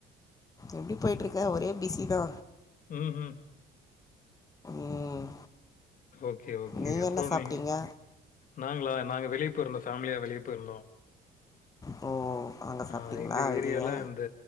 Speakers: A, on the left (about 20°); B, on the left (about 50°).
A: எப்டி போய்ட்ருக்கே ஒரே பிஸி தா
B: ம் ஹும்
A: ம்
B: ஓகே ஓகே
A: நீங்கள்
B: அப்றோ
A: என்ன சாப்பிட்டீங்க
B: நீ நாங்ளா நாங்க வெளிய போய்ருந்தோ ஃபேமிலியா வெளிய போய்ருந்தோ
A: ஓ அங்கே சாப்பிட்டீங்களா
B: ஆ எங்க ஏரியால
A: வெளியே
B: இந்த